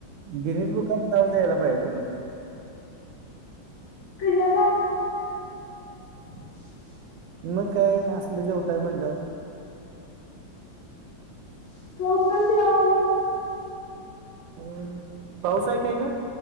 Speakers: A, on the right (about 75°); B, on the left (about 85°).
A: गिरीश बुकात नाव द्यायला पाहिजे तुम
B: <unintelligible> <inaudible>
A: मग काय असलं जेवताय म्हटल्यावर.
B: <unintelligible>
A: हम्म पाऊस आहे काय ग.